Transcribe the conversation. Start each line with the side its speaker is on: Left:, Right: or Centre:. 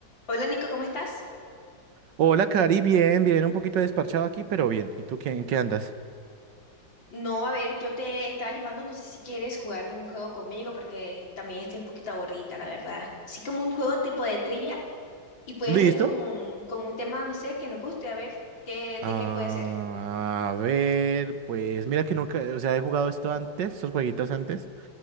Left: Hola Nico, ¿cómo estás?
Right: Hola, Cari, bien, bien, un poquito desparchado aquí, pero bien. ¿Y tú qué, en qué andas?
Left: No, a ver, yo te estaba llamando, no sé si quieres jugar un juego conmigo porque también estoy un poquito aburrida, la verdad. Así como un juego tipo de trivia y puede
Right: ¿Listo?
Left: ser con un, con un tema, no sé, que nos guste, a ver, qué,
Right: Ah,
Left: de qué puede ser.
Right: a ver, pues mira que nunca, o sea, he jugado esto antes, esos jueguitos antes,